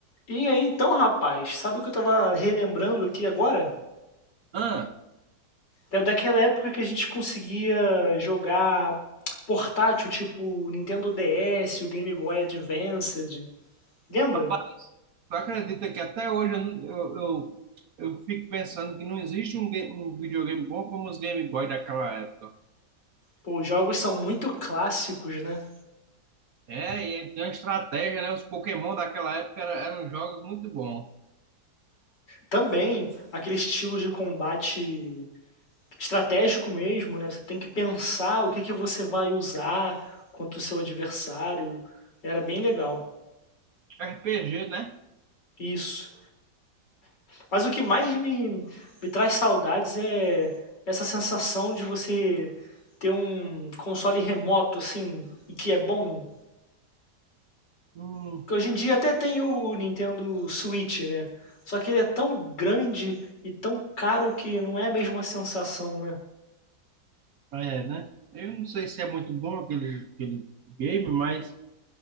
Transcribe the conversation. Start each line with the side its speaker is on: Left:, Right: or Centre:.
Left: E aí, então, rapaz, sabe o que eu tava relembrando aqui agora?
Right: Ah,
Left: É daquela época que a gente conseguia jogar portátil, tipo Nintendo DS, o Game Boy Advanced. Lembra?
Right: rapaz, tu acredita que até hoje eu, não- eu, eu, eu fico pensando que não existe um, ga- um videogame bom como os Game Boy daquela época.
Left: Pô, os jogos são muito clássicos, né?
Right: É, e aí tem uma estratégia, né? Os Pokémon daquela época era- eram jogos muito bons.
Left: Também aquele estilo de combate estratégico mesmo, né? Você tem que pensar o que que você vai usar contra o seu adversário. Era bem legal.
Right: RPG, né?
Left: Isso. Mas o que mais me, me traz saudades é essa sensação de você ter um console remoto, assim, e que é bom.
Right: Hum,
Left: Porque hoje em dia até tem o, o Nintendo Switch, né? Só que ele é tão grande e tão caro que não é a mesma sensação, né?
Right: é, né? Eu não sei se é muito bom aquele, aquele game, mas